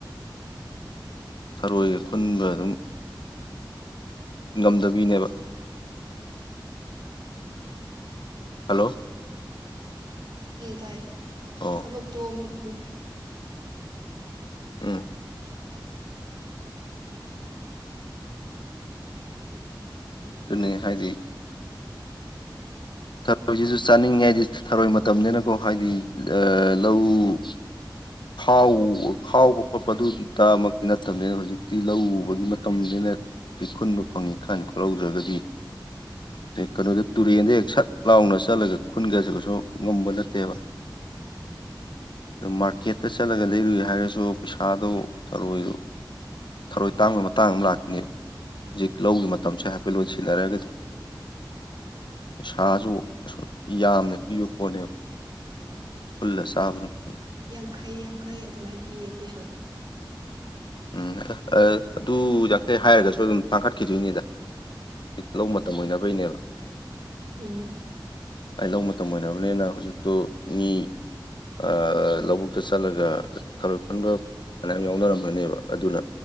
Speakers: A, on the left; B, on the right.
A: ꯊꯔꯣꯏꯒ ꯈꯨꯟꯕ ꯑꯗꯨꯝ ꯉꯝꯗꯕꯤꯅꯦꯕ꯫ ꯍꯜꯂꯣ꯫
B: ꯇꯥꯏꯌꯦ ꯇꯥꯏꯌꯦ
A: ꯑꯣ
B: ꯊꯕꯛꯇꯨ ꯑꯃꯨꯛ
A: ꯎꯝ ꯑꯗꯨꯅꯤ ꯍꯥꯏꯁꯤ꯫ ꯊꯔꯣꯏꯁꯤꯁꯨ ꯆꯥꯅꯤꯡꯉꯦ ꯍꯥꯏꯗꯤ ꯊꯔꯣꯏ ꯃꯇꯝꯅꯤꯅꯀꯣ ꯍꯥꯏꯗꯤ ꯂꯧ <unintelligible> ꯈꯥꯎ ꯈꯥꯎꯕ ꯈꯣꯠꯄ ꯑꯗꯨꯗꯃꯛꯇꯤ ꯅꯠꯇꯕꯅꯤꯅ ꯍꯧꯖꯤꯛꯇꯤ ꯂꯧ ꯎꯕꯒꯤ ꯃꯇꯝꯅꯤꯅ ꯈꯨꯟꯕ ꯐꯪꯉꯤ ꯀꯟꯗ ꯈꯨꯜꯍꯧꯗ꯭ꯔꯒꯗꯤ ꯀꯩꯅꯣꯗ ꯇꯨꯔꯦꯟꯗ ꯍꯦꯛ ꯁꯠ ꯂꯥꯎꯅ ꯆꯠꯂꯒ ꯈꯨꯟꯒꯁꯤꯒꯁꯨ ꯉꯝꯕ ꯅꯠꯇꯦꯕ꯫ ꯑ ꯃꯥꯔꯀꯦꯠꯇ ꯆꯠꯂꯒ ꯂꯩꯔꯨꯏ ꯍꯥꯏꯔꯁꯨ ꯄꯩꯁꯥꯗꯣ ꯊꯔꯣꯏꯗꯣ꯫ ꯊꯔꯣꯏ ꯇꯥꯡꯕꯩ ꯃꯇꯥꯡ ꯑꯃ ꯂꯥꯛꯈꯤꯅꯦꯕ ꯍꯧꯖꯤꯛ ꯂꯧꯒꯤ ꯃꯇꯝꯁꯦ ꯍꯥꯏꯐꯦꯠ ꯂꯣꯏ ꯁꯤꯟꯅꯔꯒꯗꯤ ꯁꯥꯁꯨ ꯑꯁꯨ ꯌꯥꯝꯅ ꯄꯤꯕ ꯄꯣꯠꯅꯦꯕ ꯈꯨꯜꯂ ꯆꯥꯕꯅ ꯐꯩ꯫
B: ꯌꯥꯡꯈꯩ ꯌꯥꯡꯈꯩ ꯑꯗꯨꯃꯥꯏꯅ ꯄꯤꯌꯦ ꯑꯩꯈꯣꯏ ꯁ꯭ꯋꯥꯏꯗ
A: ꯎꯝ ꯑꯗꯨ ꯌꯥꯡꯈꯩ ꯍꯥꯏꯔꯒꯁꯨ ꯑꯗꯨꯝ ꯇꯥꯡꯈꯠꯈꯤꯗꯣꯏꯅꯤꯗ꯫
B: ꯍꯣꯏ
A: ꯂꯧ ꯃꯇꯝ ꯑꯣꯏꯅꯕꯩꯅꯦꯕ꯫
B: ꯎꯝ
A: ꯑꯩ ꯂꯧ ꯃꯇꯝ ꯑꯣꯏꯕꯅꯤꯅ ꯍꯧꯖꯤꯛꯇꯨ ꯃꯤ ꯑꯥ ꯂꯧꯕꯨꯛꯇ ꯆꯠꯂꯒ ꯊꯧꯔꯣꯏ ꯈꯨꯟꯕ ꯐꯅꯌꯥꯝ ꯌꯥꯎꯅꯔꯝꯒꯅꯦꯕ꯫ ꯑꯗꯨꯅ